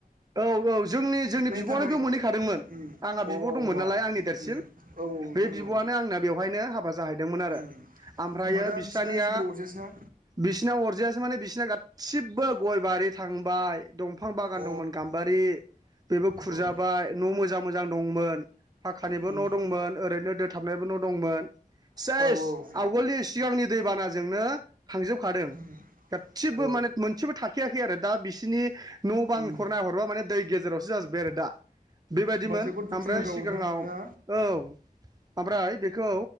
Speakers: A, on the right; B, on the right.
A: औ औ जोंनि जोंनि बिब'आनो
B: थाखाय
A: बे मोनहैखादोंमोन
B: उम
A: आंहा
B: अ
A: बिब
B: होमबा
A: दंमोन नालाय आंनि देरसिन
B: उम औ नोंथां
A: बे बिबआनो
B: औ
A: आंना बेवहायनो हाबा जाहैदोंमोन आरो
B: उम
A: ओमफ्रायो
B: होमबा दा
A: बिस्रानिया
B: बिसिना जेबो अरजायासैना
A: बिसना अरजाया। माने बिसिना गासिबो गय बारि थांबाय दंफां बागान
B: अ
A: दंमोन गाम्बारि बेबो खुरजाबाय
B: औ
A: न' मोजां मोजां दंमोन। फाखानिबो
B: उम
A: न' दंमोन ओरैनो दोथाबनायबो न' दंमोन। सेस
B: औ औ
A: आवगोलनि सिगांनि दैबानाजोंनो। थांजोबखादों
B: उम
A: गासिबो
B: औ
A: माने मोनसेबो थाखैयाखै आरो दा बिसिोरनि न' बां।
B: उम
A: खरना हरबा माने दै गेजेरावसो जाजोब्बाय आरो दा। बेबायदिमोन
B: होमबा जोबोद दुखुनांथाव
A: ओमफ्राय सिगाङाव
B: नोंथां ना
A: औ ओमफ्राय बेखौ